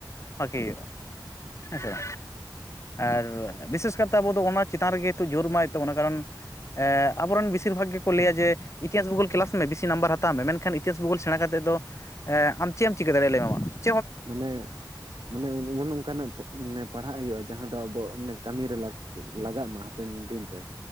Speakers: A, on the left (about 40°); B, on the right (about 65°).
A: ᱯᱷᱟᱠᱤ ᱦᱩᱭᱩᱜᱟ ᱦᱮᱥᱮ ᱟᱨ ᱵᱤᱥᱮᱥ ᱠᱟᱨᱛᱮ ᱟᱵᱚ ᱫᱚ ᱚᱱᱟ ᱪᱮᱛᱟᱱ ᱨᱮᱜᱮ ᱛᱚ ᱡᱳᱨ ᱮᱢᱟᱜ ᱦᱳᱭᱳᱜ ᱛᱟᱵᱳᱱᱟ ᱠᱟᱨᱚᱱ ᱮ ᱟᱵᱚᱨᱮᱱ ᱵᱮᱥᱤᱨ ᱵᱷᱟᱜᱽ ᱜᱮᱠᱚ ᱞᱟᱹᱭᱟ ᱡᱮ ᱤᱛᱤᱦᱟᱥ ᱵᱷᱩᱜᱟᱹᱞ ᱠᱮᱞᱟᱥ ᱢᱮ ᱵᱤᱥᱤ ᱱᱟᱢᱵᱟᱨ ᱦᱟᱛ ᱦᱟᱛᱟᱣ ᱢᱮ, ᱢᱮᱱᱠᱷᱟᱱ ᱤᱛᱤᱦᱟᱥ ᱵᱷᱩᱜᱚᱞ ᱥᱮᱬᱟ ᱠᱟᱛᱮᱫ ᱫᱚ ᱮ ᱟᱢ ᱪᱮᱫ ᱮᱢ ᱪᱤᱠᱟᱹ ᱫᱟᱲᱮᱭᱟᱜ-ᱟ ᱞᱟᱹᱭ ᱢᱮ ᱢᱟ ᱾
B: ᱢᱟᱱᱮ <inaudible> ᱢᱟᱱᱮ ᱮᱢᱚᱱ ᱚᱱᱠᱟᱱᱟᱜ ᱢᱟᱱᱮ ᱯᱟᱲᱦᱟᱜ ᱦᱩᱭᱩᱜ-ᱟ, ᱡᱟᱦᱟᱸ ᱫᱚ ᱟᱵᱚ ᱠᱟᱹᱢᱤ ᱨᱮ ᱞᱟᱜᱟᱜ ᱢᱟ ᱾ ᱯᱮᱱᱰᱤᱝ ᱨᱮ